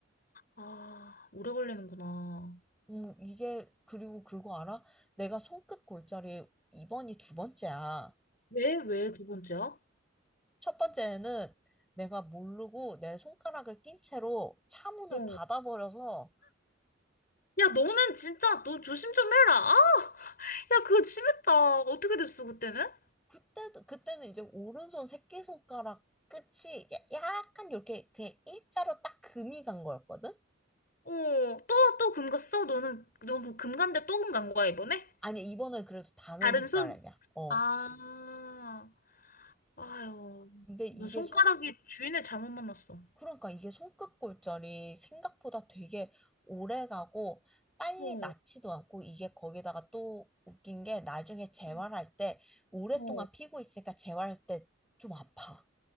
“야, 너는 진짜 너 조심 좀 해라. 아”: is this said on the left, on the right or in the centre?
Left